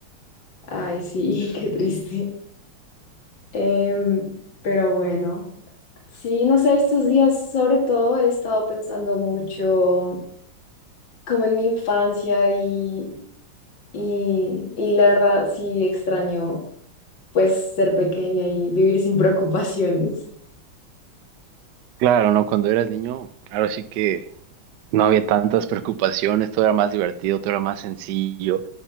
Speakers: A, on the left; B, on the right.
A: Ay, sí, <laughs> qué triste. Em, pero bueno, sí, no sé, estos días sobre todo he estado pensando mucho como en mi infancia y, y, y la verdad sí extraño pues ser pequeña y vivir sin preocupaciones.
B: Claro, ¿no? Cuando eras niño, ahora sí que no había tantas preocupaciones, todo era más divertido, todo era más sencillo.